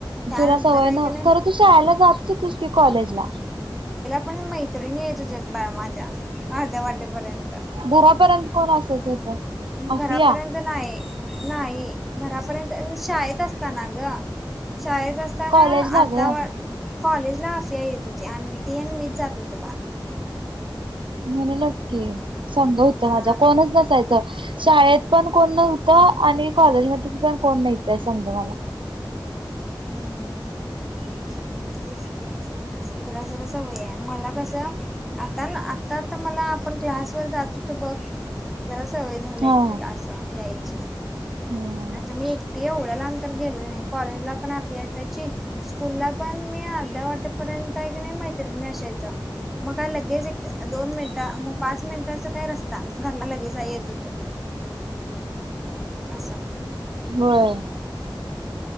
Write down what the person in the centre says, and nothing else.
त्यानंतर
आहे
की नाही
म्हणजे मैत्रिणी येत होच आहेत, बाळ माझ्या अर्ध्या वाटेपर्यंत.
घरापर्यंत नाही नाही. घरापर्यंत शाळेत असताना, ग शाळेत असताना
अर्धा
वाट कॉलेज ला अफिया येत होती, आणि त आणि मीच जात होतो बा
हा
हम्म <unintelligible> तेच क तुला जरा सवय आहे, मला कस आता आ. आ मला आपण क्लास वर जातोतो बघ ज सवय झाल्या
एकटीला अस यायची
आता, मी एकटी एवढ्या लाब तर गेलो. कॉलेज ला. पणि यायचायची स्कूलला, पण मी अर्ध्या वाटेपर्यंत आहे, की नाही मैत्रिणी असशायच. मग काय लगेच एक दोन मिनिटं मग पाच मिनिट. काय रस्ता घरला लगेच येत होतुम्ही अस.